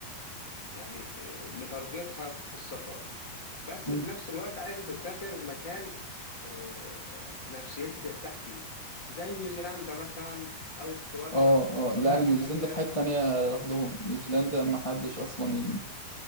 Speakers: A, on the left; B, on the left.
A: يعني آه، متارجتها في السفر بس
B: مم.
A: في نفس الوقت عايز أسافر مكان آه، نفسيتي ترتاح فيه زي نيوزيلندا مثلا أو أستراليا
B: اه اه لا
A: طبيعة
B: يعني نيوزيلندا
A: خلابة
B: في حتة تانية لوحدهم نيوزيلندا ما حدش اصلا ين-